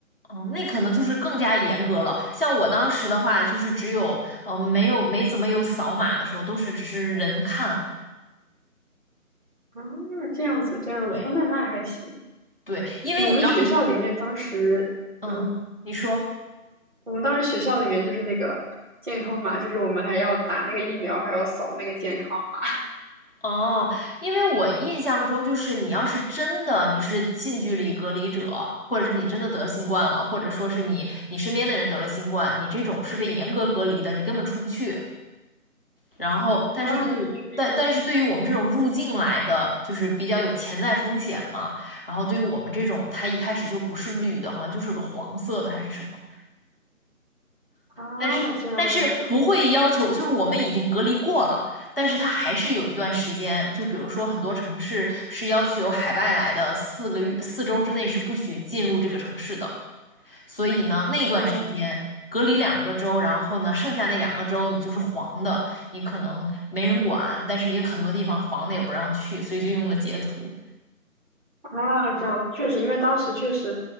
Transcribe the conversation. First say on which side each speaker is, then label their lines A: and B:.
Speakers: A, on the left; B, on the right.
A: 嗯，那可能就是更加严格了。像我当时的话，就是只有呃没有没怎么有扫码的时候，都是只是人看。
B: 啊，这样子这样子，
A: 对
B: 那那还行。
A: 对，因为你要是
B: 我们学校里面当时，
A: 嗯，
B: 嗯，
A: 你说。
B: 我们当时学校里面就是那个健康码，就是我们还要打那个疫苗，还要扫那个健康码
A: 哦，因为我印象中就是你要是真的你是近距离隔离者，或者是你真的得新冠了，或者说是你你身边的人得了新冠，你这种是被严格隔离的，你根本出不去。然后，但是对我，
B: 啊，那确实
A: 但但是对于我们这种入境来的，就是比较有潜在风险嘛。然后对于我们这种，它一开始就不是绿的，好像就是个黄色的还是什么。
B: 啊，
A: 但是但是不会要求，
B: 这样这样
A: 就是我们已经隔离过了，但是它还是有一段时间，就比如说很多城市是要求海外来的四个月四周之内是不许进入这个城市的，所以呢那段时间隔离两个周，
B: 啊
A: 然后呢剩下那两个周你就是黄的，你可能没人管，但是也有很多地方黄的也不让去，所以就用了截图。
B: 啊，这样确实，因为当时确实